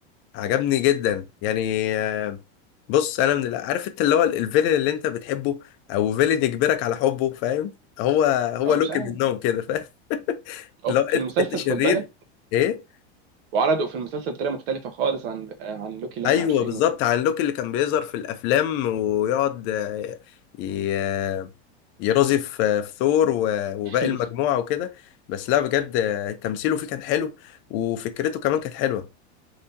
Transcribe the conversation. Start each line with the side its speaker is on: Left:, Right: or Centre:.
Left: عجبني جدا يعني آه، بص انا من ال- عارف انت اللي هو ال- الفيلن اللي انت بتحبه او فيلن يجبرك على حبه فاهم هو هو
Right: اه
Left: لوكي
Right: مش عارف
Left: منهم كده فاهم <laughs>
Right: او
Left: اللي هو
Right: في
Left: انت
Right: المسلسل
Left: انت شرير
Right: خد بالك
Left: ايه
Right: وعرضوا في المسلسل بطريقه مختلفه خالص عن آه، عن لوكي اللي
Left: ايوه
Right: احنا عارفينه
Left: بالظبط عن لوكي اللي كان بيظهر في الافلام ويقعد آه، ي- آه، يرازي في في ثور و- وباقي
Right: <laughs>
Left: المجموعه وكده بس لا بجد آه، تمثيله فيه كان حلو وفكرته كمان كانت حلوه